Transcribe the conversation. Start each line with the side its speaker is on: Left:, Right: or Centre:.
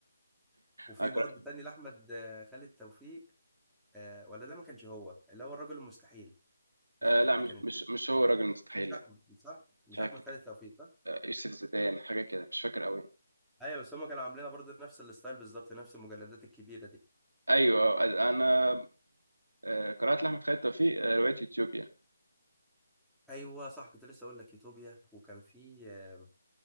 Centre: <laughs> وفي
Right: أقرأ.
Centre: برضه تاني لاحمد آه، خالد توفيق آه، ولا ده ما كانش هو اللي هو الرجل المستحيل مش
Right: آه
Centre: فاكر
Right: لا
Centre: ده
Right: مش
Centre: كانت
Right: مش مش هو راجل مستحيل
Centre: مش
Right: لا
Centre: احمد صح مش
Right: مش عارف
Centre: احمد خالد توفيق
Right: يوسف زيدان حاجة كده مش فاكر قوي
Centre: ايوه بس هم كانوا عاملينها برضه نفس الستايل بالظبط نفس المجلدات الكبيره دي
Right: أيوة أنا آه، قرأت لأحمد خالد توفيق آه، رواية يوتيوبيا
Centre: ايوه صح كنت لسه اقول لك يوتوبيا وكان في آه،